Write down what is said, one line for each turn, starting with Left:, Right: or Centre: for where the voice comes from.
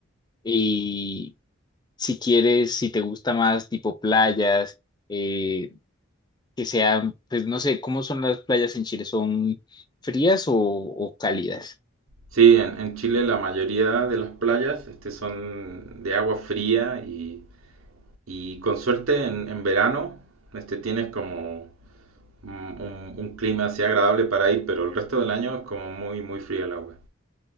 Left: Y si quieres, si te gusta más tipo playas, eh, que sean, pues no sé, ¿cómo son las playas en Chile? ¿Son frías o, o cálidas?
Right: Sí, en, en Chile la mayoría de las playas este, son de agua fría y, y con suerte en, en verano este, tienes como un, un- un clima así agradable para ir, pero el resto del año es como muy, muy fría el agua.